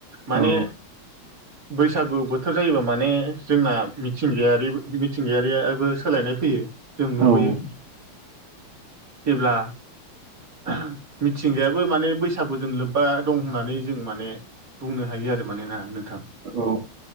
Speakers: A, on the right; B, on the right.
A: माने
B: औ
A: बैसागु बोथोर जायोबा माने जोंना मिथिंगायारि मिथिंगायारियाबो सोलायनाय फैयो। जों नुबोयो।
B: हागोन नामा
A: जेब्ला। <unintelligible> मिथिंगायाबो माने बैसागुजों लोब्बा। दं होननानै जों माने बुंनो हायो आरो माने ना नों।
B: औ